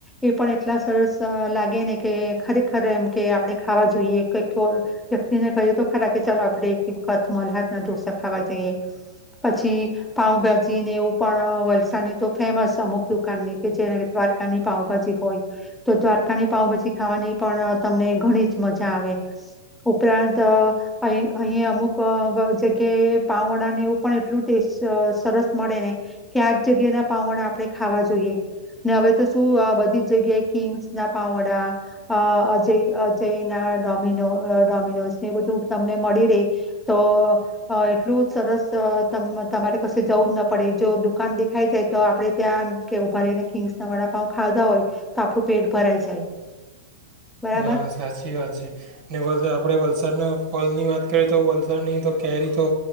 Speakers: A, in the centre; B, on the right (about 50°).
A: એ પણ એટલા સરસ અહ લાગે ને કે ખરેખર એમ કે આપણે ખાવા જોઈએ કઈ કોલ વ્યક્તિને કહ્યું તો ખરા કે ચાલો આપે એકે વખત મલ હાથના ઢોસા ખાવા જઈએ. પછી પાઉભાજીને એવું પણ વલસાની તો ફેમસ અમુક દુકાનની કે જેને દ્વારકાની પાઉભાજી હોય. તો દ્વારકાની પાઉભાજી ખાવાની પણ તમને ઘણી જ મજા આવે. ઉપરાંત અહ અહી અહીં અમુક અહ જગ્યાએ પાવવડાને એવું પણ એટલું ટેસ્ટ સરસ મળે ને કે આ જ જગ્યા ના પાવવડા આપણે ખાવા જોઈએ ને હવે તો શું અહ બધી જ જગ્યાએ કિંગ્સ ના પાવ વડા અહ અજય અજય ના ડોમિનો ડોમિનોઝ ને બધું તમને મળી રે તો અહ એટલું સરસ અહ તમ-તમારે કસે જવું જ ન પડે. જો દુકાન દેખાઈ જાય તો આપડણે ત્યાં કે ઉભા રહીને કિંગ્સ ના વાળા પાઉ ખાધા હોય તો આપણું પેટ ભરાઈ જાય. બરાબર?
B: હા સાચી વાત છે. ને વજા આપડે વલસાડના ફલ ની વાત કરીએ તો વલસાડની તો કેરી તો